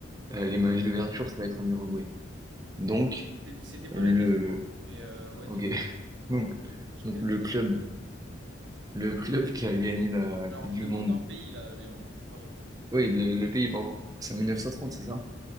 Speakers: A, on the right; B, on the right.
A: euh, les matchs d'ouverture, ça va être en Uruguay. Donc,
B: C'était c'était pas
A: le,
B: la question, hein. mais euh, ouais,
A: ok.
B: dis-moi.
A: <laughs> Donc,
B: Je
A: donc
B: te
A: le
B: la-
A: club, le club qui a gagné la
B: Alors,
A: Coupe
B: je
A: du
B: demande
A: Monde.
B: d'un pays, là, Léandre, pas un club.
A: Oui, le, le pays, pardon. C'est en 1930, c'est ça?